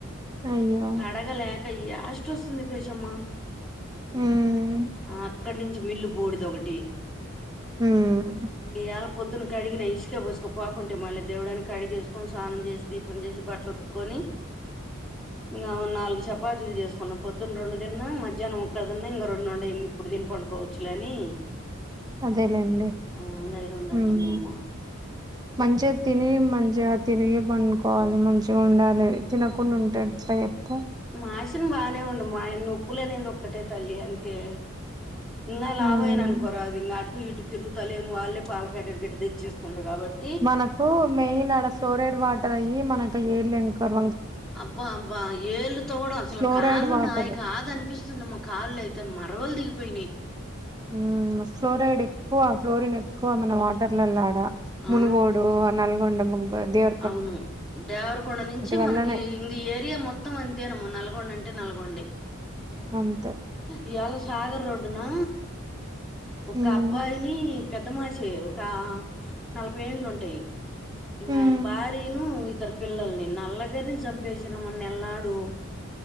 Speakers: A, on the right; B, in the centre.
A: ఆయో
B: కడగలేక యాస్టొస్తుంది ఫేషామ్మ
A: ఉమ్
B: ఆ అక్కడి నుంచి మిల్లు బూడిద ఒకటి
A: ఉమ్
B: ఇయల్ పొద్దున్న కడిగిన ఇష్క బోష్క పోకుంటే మళ్ళీ దేవడా అని కడిగేసు కొని స్నానం చేసి దీపం చేసి బట్టలు ఓతుకొని ఇంగ ఓ నాలుగు షపాతీలు చేసుకున్న పొద్దున్న రెండు దిన్నా మధ్యానం ఒక్కటి తిన్నా ఇంగ రెండుండై ఇప్పుడు తీని పండుకోవచ్చులె అని
A: అంతే లే అండి
B: ఆ ఇంగ అయి రెండు
A: మ్
B: అట్టున్నాయేమో
A: మంచిగ తిని మంచిగా తిరిగి పండ కోవాలే మంచికండాలె తినకుండ ఉంటే ఎ పెపు
B: మాషిన్ బానే ఉండు మయిన్ ఉప్పులనేది ఒక్కటే తల్లి అంతే ఇంగా లావయిన
A: ఉమ్
B: అనుకోరాదు ఇంగ అటు ఇటు తిరుతలేను వాళ్ళే పాల ప్యాకెట్ గిట్ట దెచ్చేస్తుండ్రు కాబట్టి
A: మనకూ మెయిన్ ఆడ ఫ్లోరైడ్ వాటర్ అయి మనకు ఎల్లోంకర
B: అబ్బా అబ్బా ఏళ్ళుతో కూడా అసలు
A: ఫ్లోరైడ్
B: కాళ్ళు
A: వాటర్
B: నాయి కాదు అనిపిస్తున్ వస్తుందమ్మా కాళ్ళైతే మరవ్వల్ దిగిపోయినై
A: ఊ ఫ్లోరైడ్ ఎక్కూ వ ఫ్లోరిన్ ఎక్కూవ మన వాటర్లలా అ
B: ఆ
A: మునుగోడు ఆ నల్గొండ ముబద్ దేవ్
B: అవునూ దేవ్రకొండ నించి
A: వల్లనే
B: మనకీ ఇంగ ఈ ఏరియా మొత్తం అంతేనమ్మ నల్గొండ అంటే నల్గొండే
A: అంతే
B: ఇయాళ సాగర్ రోడ్డునా ఒక
A: హ్మ్
B: అబ్బాయినీ పెద్ద మనిషేరూ ఒక నలపై ఎన్లు ఉంటై ఇన
A: హ్మ్
B: ఆయిన బార్ ఇనూ ఇద్దరు పిల్లల్ని నల్లగానీ జమ్పేసిన మొన్నెలాడు